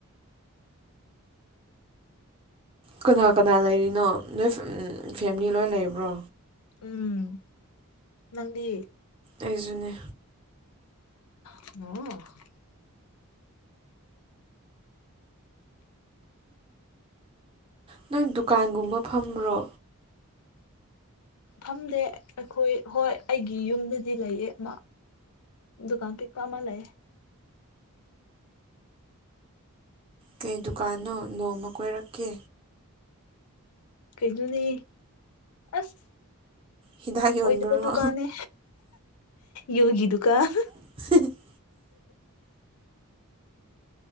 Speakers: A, on the right (about 25°); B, on the left (about 80°).
A: ꯀꯅꯥ ꯀꯅꯥ ꯂꯩꯔꯤꯅꯣ ꯅꯣꯏ ꯐꯦꯝ ꯐꯦꯃꯤꯂꯤ ꯂꯣꯏ ꯂꯩꯕ꯭ꯔꯣ꯫
B: ꯎꯝ꯫ ꯅꯪꯗꯤ꯫
A: ꯑꯩꯁꯨꯅꯦ꯫
B: <unintelligible>
A: ꯅꯪ ꯗꯨꯀꯥꯟꯒꯨꯝꯕ ꯐꯝꯕ꯭ꯔꯣ꯫
B: ꯐꯝꯗꯦ ꯑꯩꯈꯣꯏ ꯍꯣꯏ ꯑꯩꯒꯤ ꯌꯨꯝꯗꯗꯤ ꯂꯩꯌꯦ ꯑꯃ ꯗꯨꯀꯥꯟ ꯀꯩ ꯑꯃ ꯂꯩꯌꯦ꯫
A: ꯀꯩ ꯗꯨꯀꯥꯟꯅꯣ ꯅꯣꯡꯃ ꯀꯣꯏꯔꯛꯀꯦ꯫
B: ꯀꯩꯩꯅꯣꯅꯦ ꯑꯁ
A: ꯍꯤꯗꯥꯛ ꯌꯣꯟꯕꯔꯣ
B: ꯑꯣꯏꯗꯕ ꯗꯨꯀꯥꯟꯅꯦ ꯌꯨꯒꯤ ꯗꯨꯀꯥꯟ꯫
A: <unintelligible>